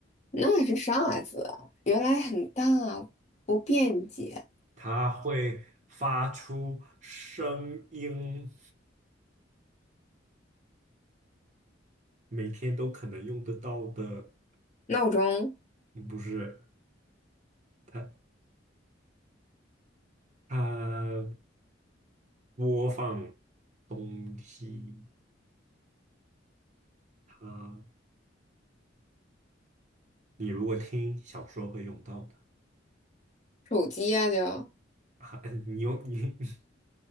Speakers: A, on the left (about 35°); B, on the right (about 40°).
A: 那是啥子啊原来很大啊，不便捷。
B: 它会发出声音。每天都可能用得到的，
A: 闹钟、
B: 嗯不是它它播放东西，它你如果听小说会用到的，
A: 手机呀、就
B: 啊你用你 <laughs>